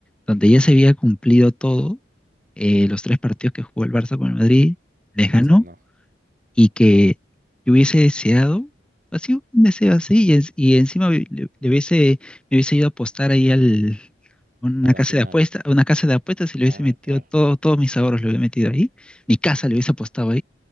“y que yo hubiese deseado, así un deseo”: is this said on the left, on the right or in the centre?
Centre